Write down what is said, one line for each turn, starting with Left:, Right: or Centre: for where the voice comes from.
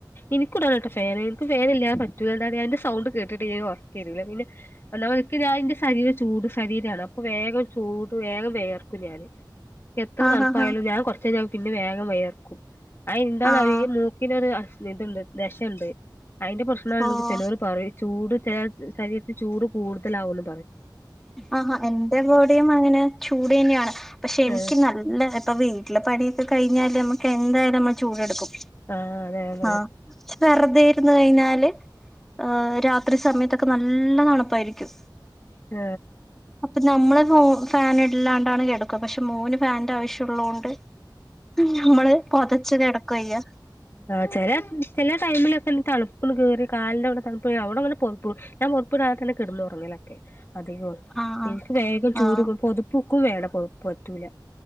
Left: ഇൻക്കും ഇടണട്ടോ ഫാന് ഇൻക്ക് ഫാൻ ഇല്ലാതെ പറ്റൂല എന്താറിയോ അയ്ന്റെ സൗണ്ട് കേട്ടിട്ട്ല്ലേ ഒറക്കെരൂല പിന്നെ ഒന്നാമത് ഇൻക്ക് ഞാന്റെ ശരീരം ചൂട് ശരീരാണ് അപ്പ വേഗം ചൂട് വേഗം വേർക്കും ഞാന് എത്ര
Centre: ആഹ്
Left: തണപ്പായാലും
Centre: ആഹ് ആഹ്
Left: ഞാൻ കുറ ഞാൻ പിന്നെ വേഗം വിയർക്കും ആ എന്താണ്
Centre: ആഹ്
Left: അറിയോ ഈ മൂക്ക് ഇതൈണ്ട് ദശണ്ട് അയിന്റെ പ്രശ്നാന്ന്
Centre: ഓഹ്
Left: ചിലോര് പറയും ചൂട് ച ശരീരത്തിത്ത് ചൂട് കൂടുതലാവുള്ളൂ
Centre: ആഹ് എന്റെ ബോഡിയും അങ്ങനെ ചൂട് തന്നെയാണ് പക്ഷെ എനിക്ക്
Left: ആഹ്
Centre: നല്ല ഇല്ല ഇപ്പൊ വീട്ടില പണിയൊക്കെ കഴിഞ്ഞാല് നമ്മുക്ക് എന്തായാലും നമ്മള് ചൂടെടുക്കും
Left: ആഹ് അതേ അതെ
Centre: ആഹ് വെറുതെ ഇരുന്നുകഴിഞ്ഞാല് ആ രാത്രിസമയത്തൊക്കെ നല്ല തണുപ്പായിരിക്കും
Left: ആ
Centre: അപ്പൊ നമ്മള് മോ ഫാനില്ലാണ്ടാണ് കെടക്കുക പക്ഷെ മോന് ഫാന്റെ ആവശ്യം ഉള്ളോണ്ട് ഞമ്മള് പൊതച്ച് കിടക്കുയ്യാ
Left: ആ ചെല ചെല ടൈമിലൊക്കെ തണുപ്പൊന്ന് കേറി കാലിന്റെവിടെ തണുപ്പുകേറി അവിടെവരെ പൊതപ്പ് ഞാൻ പൊതപ്പിടാതെ തന്നെ കിടന്നൊറങ്ങലൊക്കെ അധികോം
Centre: ആഹ്
Left: എനിക്കുവേഗം ചൂട്
Centre: ആഹ്
Left: പൊതപ്പൊക്കെ വേണം പൊതപ്പുപറ്റൂല